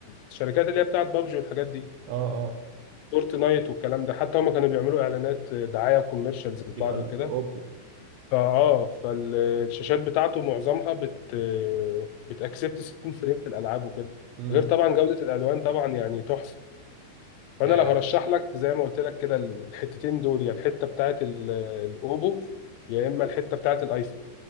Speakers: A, on the left; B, on the right.
A: الشركات اللي هي بتاعت بابجي والحاجات دي
B: اه اه
A: فورتنايت والكلام ده حتى هما كانوا بيعملوا اعلانات دعايه وكوميرشالز
B: بيبقى
A: لبعض
B: ال-
A: وكده
B: الاوبو
A: فاه فالشاشات بتاعته معظمها بت بتاكسبت 60 فريم في الالعاب وكده
B: امم
A: غير طبعا جوده الالوان طبعا يعني تحفه فانا
B: يا
A: لو
B: يا
A: هرشح لك زي ما قلت لك كده الحتتين دول يا الحته بتاعت ال- الاوبو يا اما الحته بتاعت الايفون